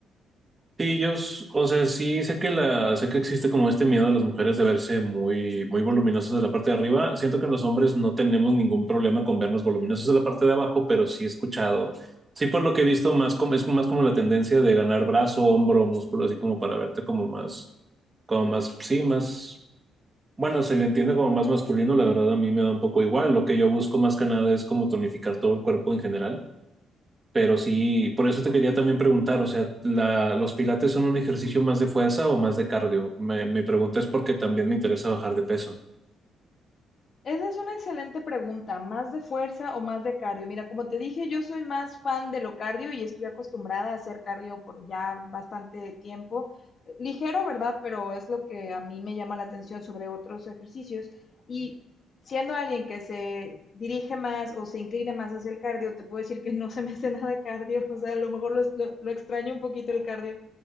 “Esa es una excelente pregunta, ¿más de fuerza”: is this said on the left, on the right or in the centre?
Left